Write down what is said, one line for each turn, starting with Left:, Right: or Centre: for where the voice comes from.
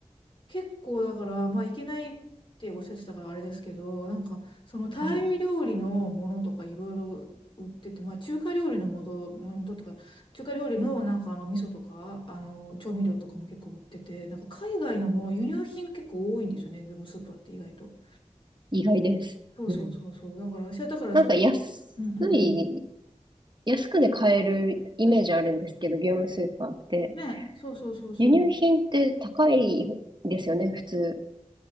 Left: 結構だから、まあ、いけないっておっしゃってたからあれですけど、なんか、そのタイ料理のものとかいろいろ売ってて、
Right: はい、
Left: まあ、中華料理のもと、もととか、中華料理のなんかあの、味噌とか、あの、調味料とかも結構売ってて、なんか海外のもの、輸入品結構多いんですよね、業務スーパーって意外と。
Right: 意外です。
Left: そうそうそうそう。
Right: うん。
Left: だから、私はだからそう、
Right: なんか安い、
Left: うんうんうん。
Right: 安くで買えるイメージあるんですけど、業務スーパーって。
Left: ね、そうそうそうそう。
Right: 輸入品って高いですよね、普通。